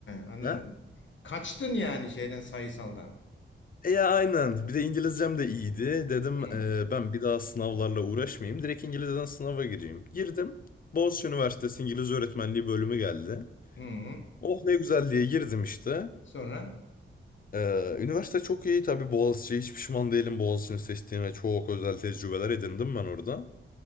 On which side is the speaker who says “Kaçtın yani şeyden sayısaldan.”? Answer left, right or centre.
Left